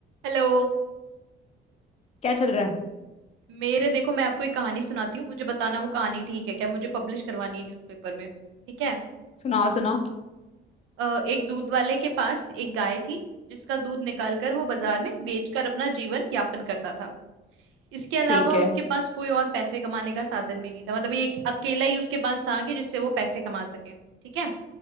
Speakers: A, on the right; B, on the left.
A: हेलो
B: क्या चल रहा है
A: मेरे देखो मैं आपको एक कहानी सुनाती हूँ मुझे बताना वो कहानी ठीक है क्या मुझे पब्लिश करवानी है न्यूज़पेपर में ठीक है
B: सुनाओ सुनाओ
A: अ, एक दूध वाले के पास एक गाय थी जिसका दूध निकालकर वो बाजार में बेचकर अपना जीवन यापन करता था इसके अलावा
B: ठीक है
A: उसके पास कोई और पैसे कमाने का साधन भी नहीं था मतलब ये एक अकेला ही उसके पास था कि जिससे वो पैसे कमा सके ठीक है